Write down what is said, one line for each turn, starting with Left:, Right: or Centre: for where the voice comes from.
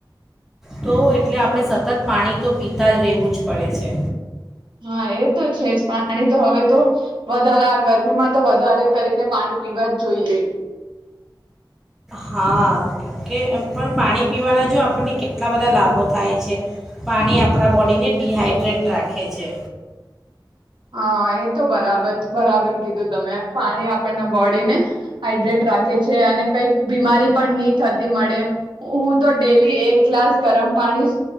Centre: તો એટલે આપણે સતત પાણી તો પીતા જ રહેવું જ પડે છે.
Right: હા એ તો છે જ પાણી તો હવે તો વધારે આ ગરમીમાં તો વધારે કરીને પાણી પીવા જ જોઈએ
Centre: હા કે એમ પણ પાણી પીવાના જો આપણને કેટલા બધા લાભો થાય છે પાણી આપણા બોડીને ડડીહાઈડ્રેટ રાખે છે.
Right: હા એ તો બરાબર બરાબર કીધું તમે પાણી આપણના બોડીને હાઈડ્રેટ રાખે છે અને કંઈક બીમારી પણ નહી થતી મળે એમ હું તો ડેલી એક ગ્લાસ ગરમ પાણી